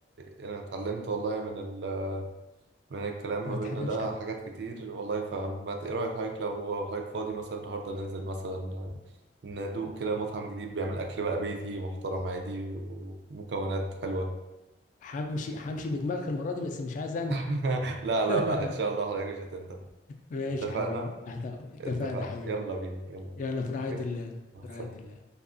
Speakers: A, on the right (about 65°); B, on the left (about 45°).
A: انا اتعلمت والله من ال... من الكلام
B: ما
A: ما بيننا
B: تحرمش
A: ده حاجات كتير والله فما ت- ايه رأي حضرتك لو حضرتك فاضي مثلا النهارده ننزل مثلا ندوق كده مطعم جديد بيعمل اكل بقى بيتي محترم عادي ومكونات حلوة
B: همشي همشي بدماغك المرة دي بس مش عايز أندم
A: <laughs> لا
B: <laughs>
A: لا لا ان شاء الله حضرتك مش هتندم
B: ماشي
A: اتفقنا
B: يا حبيبي تحت أمرك. اتفقنا
A: اتفقنا
B: يا حبيبي
A: يلا بينا يلا
B: يلا في رعاية
A: <laughs>
B: الله
A: مع
B: في
A: السلامة
B: رعاية الله